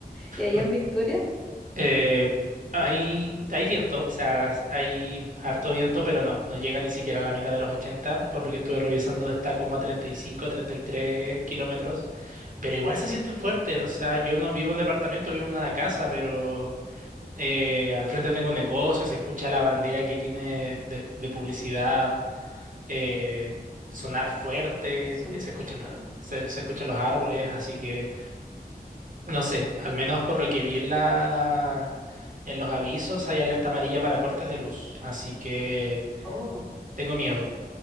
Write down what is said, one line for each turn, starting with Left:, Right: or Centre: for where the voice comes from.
Centre: Y allá
Right: o-
Centre: en Victoria
Right: eh, hay, hay viento, o sea, hay harto viento, pero no, no llega ni siquiera a la mitad de los 80, por lo que estuve revisando está como a treinta treinta y cinco, treinta y tres kilómetros, pero igual se siente fuerte, o sea, yo no vivo en departamento, vivo en una casa, pero eh, al frente tengo un negocio, se escucha la bandera que tiene de de publicidad. eh, sonar fuerte,
Centre: suena
Right: eh, se
Centre: fuerte,
Right: escuchan
Centre: claro.
Right: los, se, se escuchan los árboles, así que no sé, al menos por lo que vi en la, en los avisos hay alerta amarilla para cortes de luz, así que
Centre: Oh,
Right: tengo miedo.